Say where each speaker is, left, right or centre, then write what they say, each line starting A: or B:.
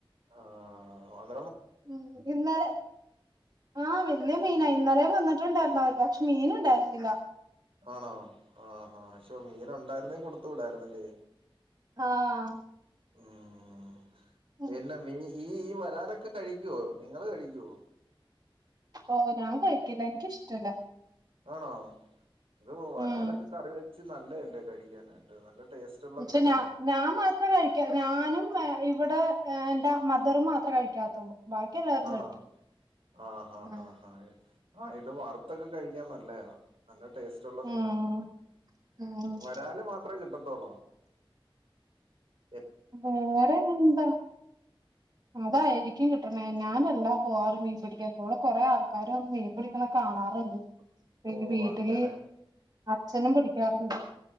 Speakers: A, on the right; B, on the right.
A: ആഹ് ആഹ് ആ ഒ
B: ഉം ഇന്നലെ ആഹ് വല്ല്യ മീനായിരി ഇന്നലെ വന്നിട്ടുണ്ടായിരുന്നു അവര് പക്ഷെ മീന്ണ്ടായിരുന്നില്ല
A: ആണോ ആഹ് ആ ആ ശോ മീനൊണ്ടായിരുന്നേ കൊടുത്തു വിടായിരുന്നല്ലേ
B: ആ ആഹ്
A: ഉം
B: ഉം
A: പിന്ന മീ ഈ ഈ വരാലൊക്കെ കഴിക്കുവോ നിങ്ങള് കഴിക്കുവോ
B: ഓ ഞാൻ കഴിക്കല എനിക്കിഷ്ടല്ല
A: ആണോ അത് വരാലൊക്കെ
B: ഉം
A: കറി വെച്ച് നല്ലല്ലേ കഴിക്കാനായിട്ട് നല്ല ടേസ്റ്റ് ഉള്ള
B: പക്ഷെ
A: മീനല്ലേ
B: ഞാ ഞാൻ മാത്രേ കഴിക്ക ഞാനും <unintelligible> ഇവിടെ എന്റെ മദറ മാത്രേ കഴിക്കാത്തുള്ളൂ ബാക്കി എല്ലാവരും
A: ആണോ
B: കഴിക്കും
A: ആഹഹ്
B: ആഹ്
A: ആ് ഹ ആ ഇത് വറുത്തൊക്കെ കഴിക്കാൻ നല്ലയാ നല്ല ടേസ്റ്റ്ള്ള
B: ഉം
A: മീന
B: ഉം
A: വരാല് മാത്രമേ കിട്ട <unintelligible>
B: വേറെ എന്താ അതായിരിക്കും കിട്ടണേ ഞാന എല്ലാ പോവാറ് മീൻ പിടിക്കൻ ഇവടെ കൊറെ ആൾക്കാര് മീൻ പിടിക്ക്ണെ കാണാറ്ണ്ട്. പിന്നെ
A: ഓ
B: വീട്ടില്
A: അങ്ങനെ
B: അച്ഛനും പിടിക്കാറ്ണ്ട്.